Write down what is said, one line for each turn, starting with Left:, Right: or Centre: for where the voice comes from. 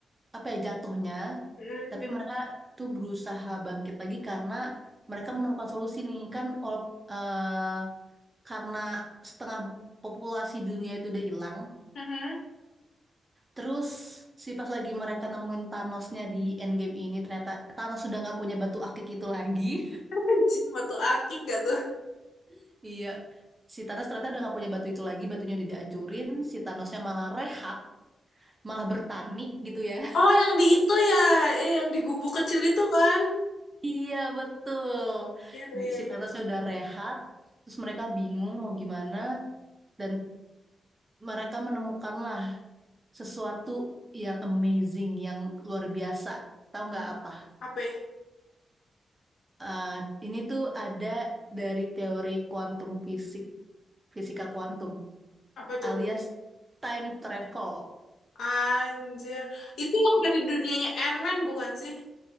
Right: apa ya jatuhnya
Left: Hmm.
Right: tapi mereka tuh berusaha bangkit lagi karena mereka menemukan solusi nih kan wala- eh, karena setengah populasi dunia itu udah hilang
Left: Mhm.
Right: terus si pas lagi mereka nemuin Thanosnya di Endgame ini ternyata Thanos sudah nggak punya batu akik itu lagi
Left: <laughs> Anjing, Batu akik gak tuh?
Right: <laughs> iya Si Thanos ternyata udah nggak punya batu itu lagi, batunya udah dihancurin. Si Thanosnya malah rehat malah bertani gitu ya. <laughs>
Left: Oh, yang di itu ya, eh, yang di gubuk kecil itu kan?
Right: Iya betul.
Left: Iya, iya,
Right: Si
Left: iya.
Right: Thanosnya
Left: iya.
Right: udah rehat, terus mereka bingung mau gimana dan mereka menemukanlah sesuatu yang amazing, yang luar biasa. Tahu nggak apa?
Left: Apa? ya?
Right: Eh, ini tuh ada dari teori kuantum fisik, fisika kuantum,
Left: Apa itu?
Right: alias time travel.
Left: Anjir. Itu yang dari dunianya Ant-Man bukan sih?